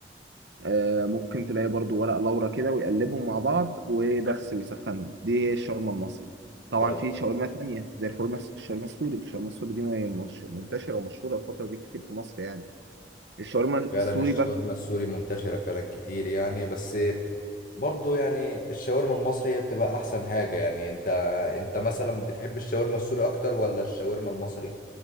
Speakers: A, on the right; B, on the left.
A: آه، ممكن تلاقي برضو ورق لورا كده ويقلبهم مع بعض وبس ويسخنهم دي هي الشاورما المصري طبعا
B: طب
A: في شاورما تانية زي الفول مس... الشاورما السوري الشاورما السوري دي مش... منتشرة ومشهورة الفترة دي كتير في مصر يعني الشاورما السوري
B: فعلا الشاورما
A: بقى
B: السوري منتشرة فعلا كتير يعني بس برضو يعني الشاورما المصري هي بتبقى أحسن حاجة يعني أنت أنت مثلا بتحب الشاورما السوري أكتر ولا الشاورما المصري؟